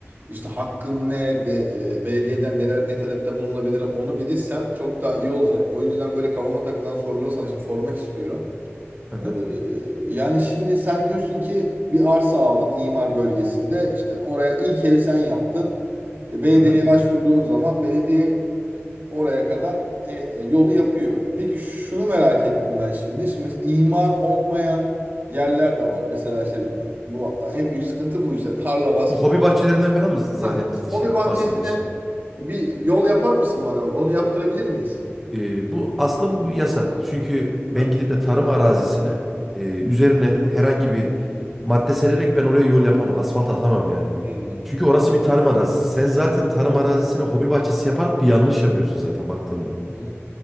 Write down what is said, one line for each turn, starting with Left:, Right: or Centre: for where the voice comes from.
Right: işte hakkım ne de e, belediyeden neler ne talepte bulunabilirim onu bilirsem çok daha iyi olacak. O yüzden böyle kafama takılan soruları sana şimdi sormak istiyorum.
Centre: aha,
Right: Ee, yani şimdi sen diyorsun ki bir arsa aldın imar bölgesinde işte oraya ilk evi sen yaptın. E, Belediyeye
Centre: aha.
Right: başvurduğun zaman belediye oraya kadar e, e, yolu yapıyor. Peki şunu merak ettim ben şimdi. Şimdi mes- imar olmayan yerler de var. Mesela işte bu en büyük sıkıntı bu işte tarla vasfı.
Centre: Bu hobi bahçelerinden falan mı zannet
Right: Hah. O
Centre: şey
Right: bir bahçesine
Centre: bahsediyorsun?
Right: bir yol yapar mısın bana? Onu yaptırabilir miyiz?
Centre: Ee, bu aslında bu bir yasak. Çünkü ben
Right: Ha.
Centre: gidip de tarım arazisine e, üzerine herhangi bir madde sererek ben oraya yol yapamam. Asfalt atamam yani.
Right: Hmm.
Centre: Çünkü orası bir tarım arazisi. Sen zaten tarım arazisine hobi bahçesi yaparak bir yanlış yapıyorsun zaten baktığında.
Right: hı.